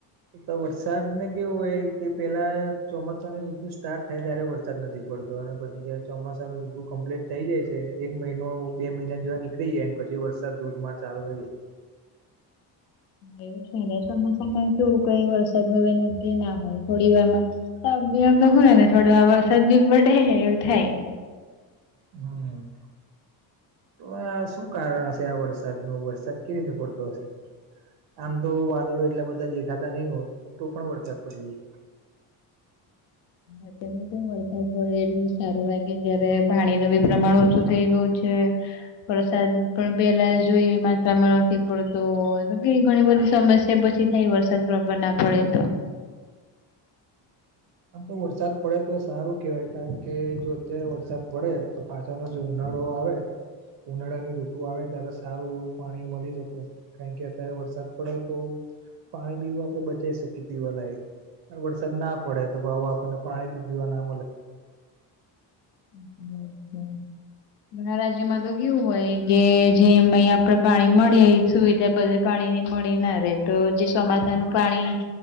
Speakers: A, on the right; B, on the left.
A: તો વરસાદને કેવું હોય કે પેલા ચોમાસાની ઋતુ સ્ટાર્ટ ત્યારે વરસાદ નથી પડતો અને પછી જયારે ચોમાસા નનુંીું કમ્પ્લીટ થઈ જાય છે એક મહિનો બે મહિના જોવા ની થઈ જાય પછી વરસાદ ધોધમાર ચાલુ થઈ જાય
B: એવું છે ને ચોમાસામાં કેવું કઈ વરસાદમાં કે ના હોય થોડી વારમાં તો હય ને થોડ વા વરસાદ બી પડે એવું થાય.
A: હમ. તો આ શું કારણ હશે આ વરસાદ નો વરસાદ કેવી રીતે પડતો હશે. આમ તો વાદળો એટલા બધા દેખાતા નહીિ હોય તો પણ વરસાદ પડી જાય.
B: અત્યારે તો વરસાદ પડે એટલું સારું લાગે જયારે પાણી ન બી પ્રમાણ ઓછું થઈ ગયું છે. વરસાદ પણ પેલા જોઈએ માત્રામાં નથી પડતો. ઘણી બધી સમસ્યા પછી થાય વરસાદ બબર ના પડે તો.
A: આમ તો વરસાદ પડે તો સારું કેવાય કારણ કે જો અત્યારે વરસાદ પડે તો પાછાનો જે ઉનાળો આવે ઉનાળાની ઋતુ આવે ત્યારે સારું એવું પાણી મળી શકે. કારણ કે અત્યારે વરસાદ પડે તો પાણી પીવું આપડે બચાવી શકીએ પીવાલાયક વરસાદ ના પડે તો આપણને પાણી બી પીવા ના મળે.
B: છે <unintelligible> ઘણા રાજ્યમાં તો કેવું હોય કે જે અય આપડે પાણી મળે સુવિધા બધ પાણી ની મળી ના રે તો જે ચોમાસા નું પાણી